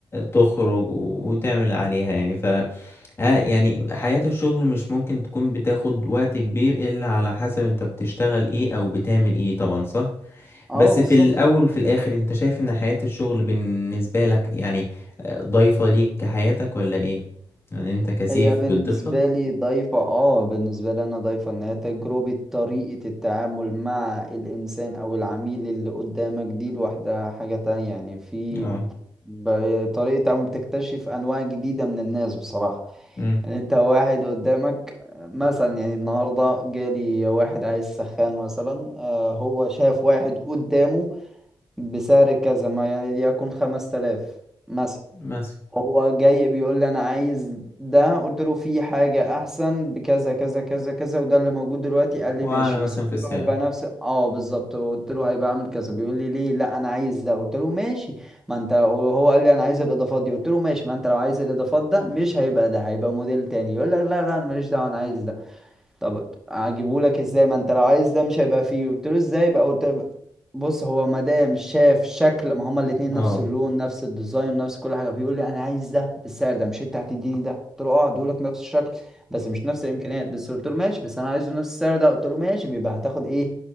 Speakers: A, on the left; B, in the centre.
A: تخرج وتعمل عليها يعني ف ها- يعني حياة الشغل مش ممكن تكون بتاخد وقت كبير إلا على حسب انت بتشتغل ايه او بتعمل ايه طبعا صح
B: اه
A: بس
B: بالظبط
A: في الأول
B: اكيد
A: وفي الآخر انت شايف ان حياة الشغل بالنسبة لك يعني آه، ضايفة ليك كحياتك ولا ايه يعني انت كسيف
B: هي بالنسبه
A: بتضيف لك
B: لي ضيفه اه بالنسبه لي انا ضيفه ان هي تجربه طريقه التعامل مع الانسان او العميل اللي قدامك دي لوحدها حاجه تانية يعني في
A: اه
B: ب- طريقه تعامل بتكتشف انواع جديده من الناس بصراحه
A: امم
B: يعني انت واحد قدامك مثلا يعني النهارده جالي واحد عايز سخان مثلا آه هو شاف واحد قدامه بسعر كذا ما يعني يكون خمس تلاف مثلا،
A: مثلا
B: هو جاي بيقول لي انا عايز ده قلت له في حاجة احسن بكذا كذا كذا كذا وده اللي موجود دلوقتي قال لي
A: وأعلى
B: ماشي
A: مثلا
B: بس قلت
A: في السعر
B: له هيبقى نفس اه بالظبط قلت له هيبقى عامل كذا بيقول لي ليه لا انا عايز ده قلت له ماشي ما انت وهو قال لي انا عايز الاضافات دي قلت له ماشي ما انت لو عايز الاضافات ده مش هيبقى ده هيبقى موديل تاني يقول لك لا لا انا ماليش دعوة انا عايز ده طب اجيبه لك ازاي ما انت لو عايز ده مش هيبقى فيه قلت له ازاي بقى قلت له بص هو مدام شاف شكل ما هما الاتنين
A: اه
B: نفس اللون نفس الديزاين نفس كل حاجه بيقول لي انا عايز ده بالسعر ده مش انت هتديني ده قلت له اه هديهولك نفس الشكل بس مش نفس الامكانيات بس قلت له ماشي بس انا عايزه نفس السعر ده قلت له ماشي بيبقى هتاخد ايه